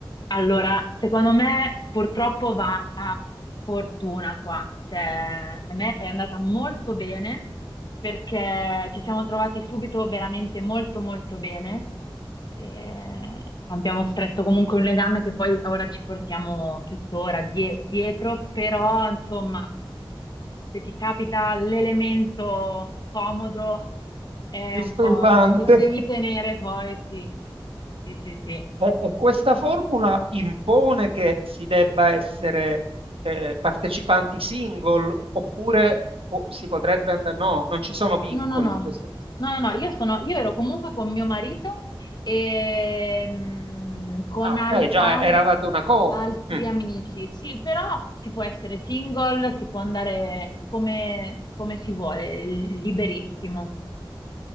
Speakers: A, on the left; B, on the right.
A: Allora, secondo me purtroppo va a fortuna qua, cioè a me è andata molto bene perché ci siamo trovati subito veramente molto molto bene, e abbiamo stretto comunque un legame che poi ora ci portiamo tuttora die- dietro, però insomma se ti capita l'elemento scomodo è
B: Disturbante.
A: un po' te lo devi tenere poi, sì, sì, sì, sì.
B: E, e questa formula impone che si debba essere eh, partecipanti single oppure po- si potrebbe andare... No, non ci sono vincoli
A: No, no, no,
B: di questo tipo.
A: no, no, no, io sono, io ero comunque con mio marito e mm, con
B: Ah,
A: al-
B: ok, già
A: al-
B: eravate una coppia.
A: altri
B: Mm.
A: amici, sì, però si può essere single, si può andare come, come si vuole, liberissimo.